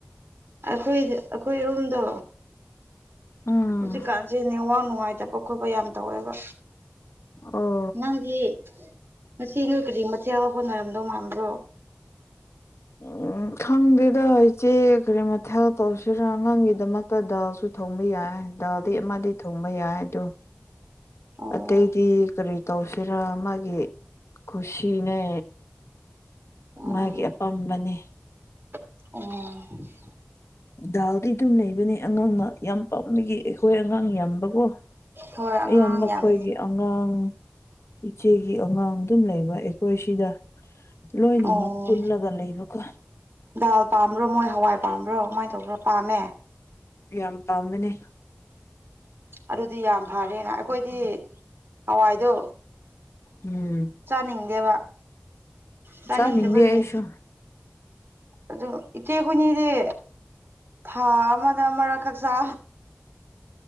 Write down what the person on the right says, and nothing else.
ꯑꯩꯈꯣꯏ ꯑꯩꯈꯣꯏ ꯔꫭꯝꯗꯣ
ꯍꯧꯖꯤꯛꯀꯥꯟꯁꯦ ꯅꯦꯋꯥꯛ ꯅꯨꯡꯉꯥꯏꯇꯕ ꯈꯣꯠꯄ ꯌꯥꯝ ꯇꯧꯋꯦꯕ
ꯅꯪꯗꯤ ꯉꯁꯤ ꯅꯣꯏ ꯀꯔꯤ ꯃꯊꯦꯜ ꯍꯣꯠꯅꯔꯝꯗꯧ ꯃꯥꯟꯕ꯭ꯔꯣ
ꯑꯣ
ꯎꯝ
ꯑꯣ
ꯍꯣꯏ ꯑꯉꯥꯡ
ꯌꯥꯝ
ꯑꯣ
ꯗꯥꯜ ꯄꯥꯝꯕ꯭ꯔꯣ ꯃꯣꯏ ꯍꯋꯥꯏ ꯄꯥꯝꯕ꯭ꯔꯣ ꯀꯃꯥꯏꯅ ꯇꯧꯕ꯭ꯔꯣ ꯄꯥꯝꯃꯦ
ꯑꯗꯨꯗꯤ ꯌꯥꯝ ꯐꯔꯦꯅ ꯑꯩꯈꯣꯏꯗꯤ ꯍꯋꯥꯏꯗꯣ
ꯆꯥꯅꯤꯡꯗꯦꯕ ꯆꯥꯅꯤꯡꯗꯕꯒꯤ
ꯑꯗꯨ ꯏꯆꯦ ꯈꯣꯏꯅꯤꯗꯤ ꯊꯥ ꯑꯃꯗ ꯑꯃꯔꯛ ꯈꯛ ꯆꯥ